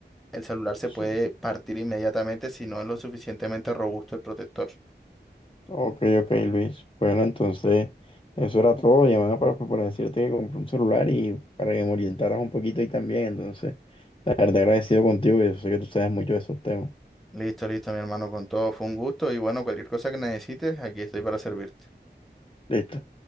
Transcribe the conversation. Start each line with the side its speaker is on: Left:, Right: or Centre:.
Centre: el celular se
Left: Sí.
Centre: puede partir inmediatamente si no es lo suficientemente robusto el protector.
Left: Ok, ok, Luis. Bueno, entonces, eso era todo. Llamaba para, pues, para decirte que compré un celular y para que me orientaras un poquito ahí también. Entonces, la verdad agradecido contigo y yo sé que tú sabes mucho de esos temas.
Centre: Listo, listo, mi hermano, con todo fue un gusto y bueno, cualquier cosa que necesites, aquí estoy para servirte.
Left: Listo.